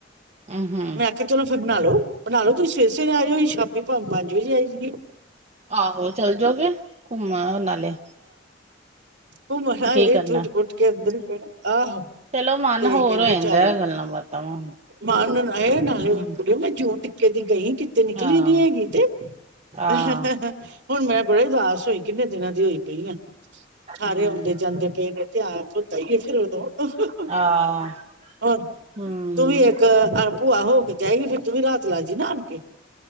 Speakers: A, on the right; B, on the right.
A: ਹੂੰ,
B: ਮੈਂ ਕਿਹਾ ਚਲੋ ਫਿਰ ਨਾਲ ਬਣਾ ਲੋ ਤੁਈ ਸਵੇਰੇ ਸਵੇਰੇ ਆ ਇਓ। ਅਈ ਸ਼ਾਮੀ ਭਾਵੇਂ ਪੰਜ ਵਜੇ ਆਜੀਏ।
A: ਆਹੋ ਚਲ ਜੌਗੇ ਘੁੰਮ ਆਓ ਨਾਲੇ।
B: ਉਹ ਮਨਾ
A: ਕੀ
B: ਇਹ
A: ਕਰਨਾ।
B: ਤੂੰਜ ਉੱਠ ਕੇ ਅੰਦਰ <unintelligible> <unintelligible> ਆਹੋ।
A: ਚਲੋ ਮਨ
B: ਤੇ
A: ਹੋਰ
B: ਕਹਿੰਦੇ
A: ਹੋ ਜਾਂਦਾ
B: ਚੱਲ
A: ਐ ਗੱਲਾਂ ਬਾਤਾਂ ਵਾ।
B: ਮਾਂ ਨੂੰ ਨਾਲੇ
A: ਹੂੰ,
B: ਕੁੜਓ ਮੈਂ ਜ ਤ <unintelligible> ਕੇ ਦੀ ਗਈ? ਕਿਤੇ ਨਿਕਲੀ
A: ਆਹ,
B: ਨੀ ਹੈਗੀ ਤੇ।
A: ਆਹ,
B: <unintelligible> ਹੁਣ ਮੈਂ ਬੜੇ ਉਦਾਸ ਹੋਈ ਕਿੰਨੇ ਦਿਨਾਂ ਦੀ ਹੋਈ ਪਈ ਆ। ਸਾਰੇ
A: ਹੂੰ,
B: ਆਉਦੇ ਜਾਂਦੇ ਪਏ ਨੇ। ਤੇ ਆਪ। <unintelligible>
A: ਆਹ, ਹੂੰ।
B: <unintelligible> ਭੂਆ ਹੋ ਕੇ ਜਾਏਗੀ ਫੇਰ ਤੂੰ ਵੀ ਰਾਤ ਲਾਜੀ ਨਾ ਆਣ ਕੇ।